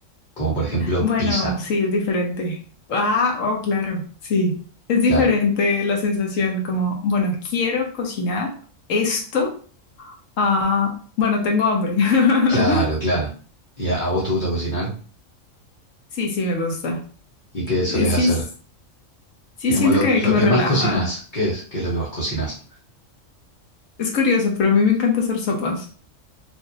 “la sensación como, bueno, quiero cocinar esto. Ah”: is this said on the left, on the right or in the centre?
Left